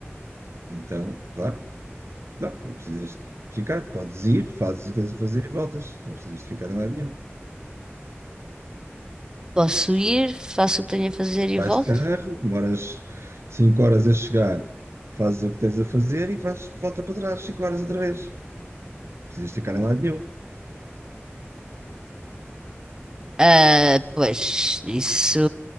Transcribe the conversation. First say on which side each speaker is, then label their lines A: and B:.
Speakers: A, on the right (about 75°); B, on the right (about 15°).
A: então, claro, não, não precisas de ficar, podes ir, fazes o que tens a fazer e voltas, não precisas de ficar em lado nenhum.
B: Posso ir, faço o que tenho a fazer e
A: Vais
B: volto?
A: de carro, demoras 5 horas a chegar, fazes o que tens a fazer e vais, volta para trás 5 horas outra vez. Não Precisas de ficar em lado nenhum.
B: Ah, pois, isso